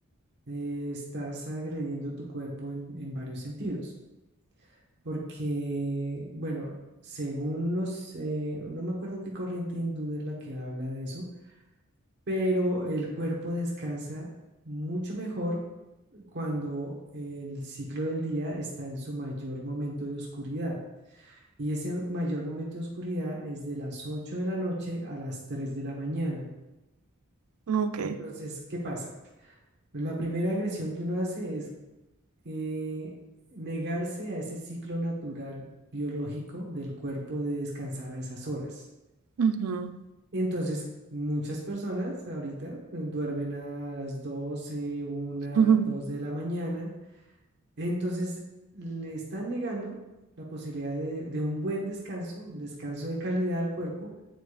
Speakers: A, on the right (about 50°); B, on the right (about 80°).
A: eh, estás agrediendo tu cuerpo en, en varios sentidos, porque, bueno, según los, eh, no me acuerdo qué corriente hindú es la que habla de eso, pero el cuerpo descansa mucho mejor cuando el ciclo del día está en su mayor momento de oscuridad. Y ese mayor momento de oscuridad es de las 8 de la noche a las 3 de la mañana.
B: Ok.
A: Entonces, ¿qué pasa? La primera agresión que uno hace es eh, negarse a ese ciclo natural biológico del cuerpo de descansar a esas horas.
B: Ujú.
A: Entonces, muchas personas ahorita eh, duermen a las doce una
B: <laughs>
A: dos de la mañana. Entonces, le están negando la posibilidad de, de un buen descanso, un descanso de calidad al cuerpo